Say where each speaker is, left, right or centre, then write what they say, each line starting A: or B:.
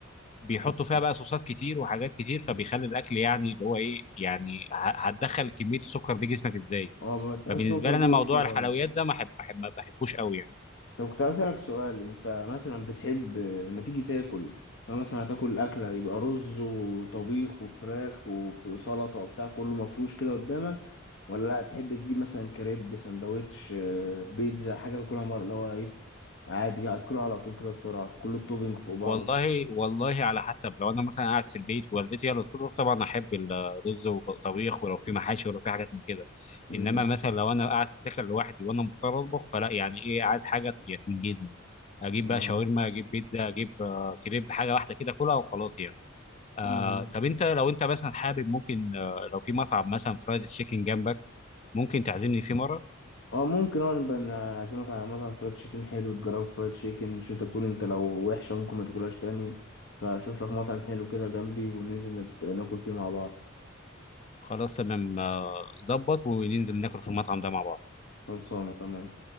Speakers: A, on the left; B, on the left.
A: بيحطوا فيها بقى صوصات كتير وحاجات كتير فبيخلي الاكل يعني اللي هو ايه يعني ه- هتدخل كميه السكر دي جسمك ازاي
B: أه بتحسهم
A: فبالنسبه
B: فردوس
A: لي انا موضوع
B: كده
A: الحلويات ده ما حب ما حب- ما بحبوش قوي يعني
B: طب كنت عايز اسألك سؤال انت مثلا بتحب لما تيجي تاكل لو مثلا هتاكل أكلة يبقى رز وطبيخ وفراخ وبت- وسلطة وبتاع كله مفروش كده قدامك ولا تحب تجيب مثلا كريب سندوتش آه، بيتزا حاجة تاكلها مرة اللي هو ايه عادي هتاكلها على طول كده بسرعة كل التوبينج فوق بعضه
A: والله والله على حسب لو انا مثلا قاعد في البيت والدتي هي اللي تطبخ طبعا احب الرز والطبيخ ولو في محاشي ولو في حاجات من كده
B: امم
A: انما مثلا لو انا قاعد في السكن لوحدي وانا مضطر اطبخ فلا يعني ايه عايز حاجه تنجزني اجيب
B: اه
A: بقى شاورما اجيب بيتزا اجيب آه، كريب حاجه واحده كده كلها وخلاص يعني آه
B: مم.
A: طب انت لو انت مثلا حابب ممكن آه لو في مطعم مثلا فرايد تشيكن جنبك ممكن تعزمني فيه مره
B: اه ممكن اه نبقى نعزمك على مطعم فرايد تشيكن حلو تجرب فرايد تشيكن مش انت بتقول انت لو وحشة ممكن ما تاكلهاش تاني فاشوف لك مطعم حلو كده جنبي وننزل نت- ناكل فيه مع بعض
A: خلاص تمام آه، ظبط وننزل ناكل في المطعم ده مع بعض
B: خلصانة تمام